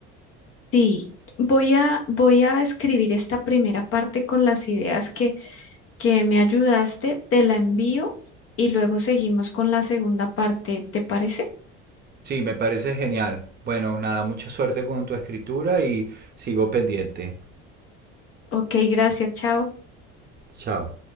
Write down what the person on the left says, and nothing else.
Sí, voy a, voy a escribir esta primera parte con las ideas que, que me ayudaste, te la envío y luego seguimos con la segunda parte, ¿te parece?
Ok, gracias, chao.